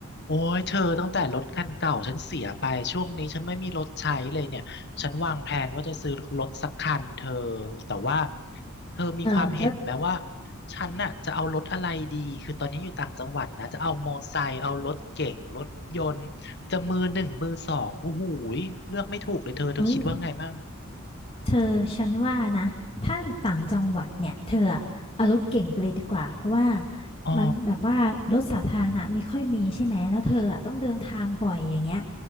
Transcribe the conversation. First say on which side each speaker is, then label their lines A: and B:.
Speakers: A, on the left; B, on the left.
A: โอ้ยเธอตั้งแต่รถคันเก่าฉันเสียไปช่วงนี้ฉันไม่มีรถใช้เลยเนี่ยฉันวางแผนว่าจะซื้อรถสักคันเธอแต่ว่าเธอมีความเห็นไหมว่า
B: อ่าแล้ว
A: ฉันน่ะจะเอารถอะไรดีคือตอนนี้อยู่ต่างจังหวัดนะจะเอามอไซค์เอารถเก๋งรถยนต์จะมือหนึ่งมือสองโอ้โหยเลือกไม่ถูกเลยเธอเธอคิดว่าไงบ้าง
B: เอ้ยเธอฉันว่านะถ้าอยู่ต่างจังหวัดเนี่ยเธออะเอารถเก่งไปเลยดีกว่าเพราะว่า
A: อ๋อ
B: มันแบบว่ารถสาธารณะไม่ค่อยมีใช่ไหมแล้วเธออะต้องเดินทางบ่อยอย่างเงี้ย